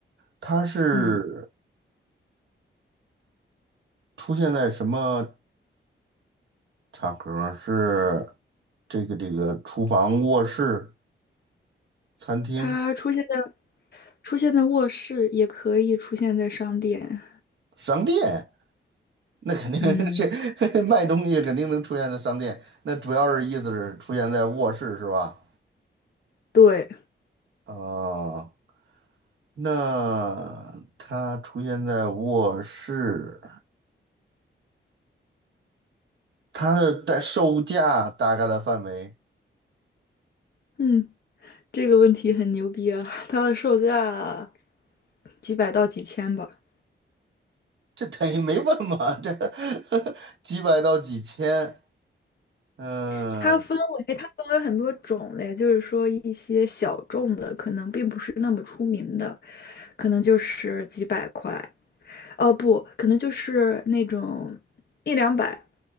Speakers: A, on the right; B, on the left.
A: 它是
B: 嗯，
A: 出现在什么场合儿是这个这个厨房、卧室、餐厅、
B: 它出现在出现在卧室，也可以出现在商店。
A: 商店？那肯定
B: 嗯，
A: <laughs> 是 <laughs> 卖东西肯定能出现在商店。那主要是意思是出现在卧室是吧？
B: 对，
A: 啊、那它出现在卧室，它的代售价大概的范围，
B: 嗯，这个问题很牛逼啊！它的售价几百到几千吧。
A: 这等于没问嘛？这 <laughs> 几百到几千，嗯，
B: 它分为它分为很多种类，就是说一些小众的，可能并不是那么出名的，可能就是几百块，哦不，可能就是那种一两百。